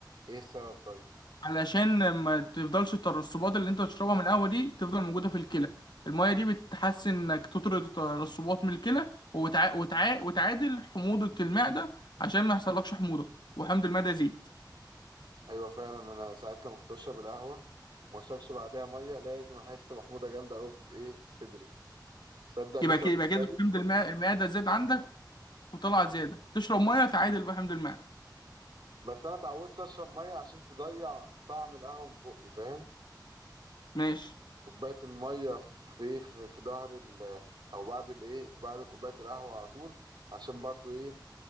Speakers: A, on the right (about 75°); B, on the left (about 70°).
A: ايه السبب طيب
B: علشان ما تفضلش الترسبات اللي انت بتشربها من القهوه دي تفضل موجوده في الكلى الميه دي بتحسن انك تطرد الترسبات من الكلى وتع... وتع... وتعادل حموضه المعده عشان ما يحصلكش حموضه وحمض المعده يزيد
A: ايوه فعلا انا ساعات لما كنت اشرب القهوه وما اشربش بعدها ميه لازم احس محموضه جامده قوي في ايه في صدري تصدق لسه
B: يبقى كده
A: واخد
B: يبقى كده
A: بالي
B: حمض المع- المعده زاد عندك وطلع زيادة تشرب مية تعادل بقى حمض المعدة
A: بس انا اتعودت اشرب ميه عشان تضيع طعم القهوه من بقي فاهم
B: ماشي
A: كوبايه الميه في في في, في ظهر ال- او بعد الايه بعد كوبايه القهوه على طول عشان برضو ايه